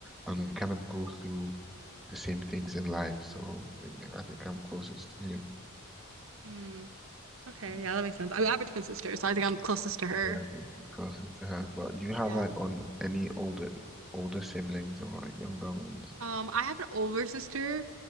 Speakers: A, in the centre; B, on the right.
A: and we kind of go through the same things in life. So I think I'm closest to him.
B: Hmm. Okay,
A: Mm.
B: yeah, that makes sense. I mean, I have a twin sister, so I think I'm closest to her.
A: Yeah, closer to her. But do you have
B: Yeah.
A: like on any older older siblings or younger ones?
B: Um, I have an older sister.